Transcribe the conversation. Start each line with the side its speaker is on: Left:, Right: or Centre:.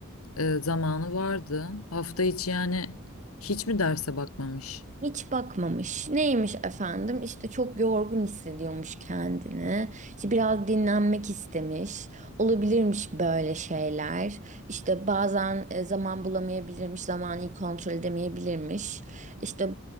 Left: e, zamanı vardı. Hafta içi yani hiç mi derse bakmamış?
Right: Hiç bakmamış. Neymiş efendim? İşte çok yorgun hissediyormuş kendini. İşte biraz dinlenmek istemiş. Olabilirmiş böyle şeyler. İşte bazen e, zaman bulamayabilirmiş, zamanı kontrol edemeyebilirmiş. İşte